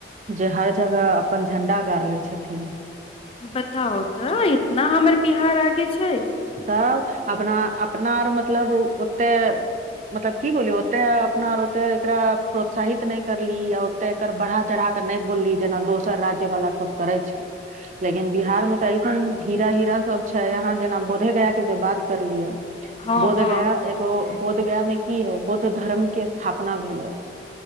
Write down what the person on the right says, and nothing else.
जे हर जगह अपन झंडा गाड़ ले छथिन
तब अपना अपना आर मतलब ओते मतलब की बोलियौ ओते अपनार ओते एकरा प्रोत्साहित नहि करली तऽ एकर बढ़ा चढ़ाके नहि बोलली जेना दोसर राज्य वाला सब करै छ लेकिन बिहार में त ऐसन हीरा हीरा सब छै यहाँ जेन बोधगया के जब बात करली है
बोधगया
एगो बोधगया मे की है बौद्ध धर्म के स्थापना भेलै र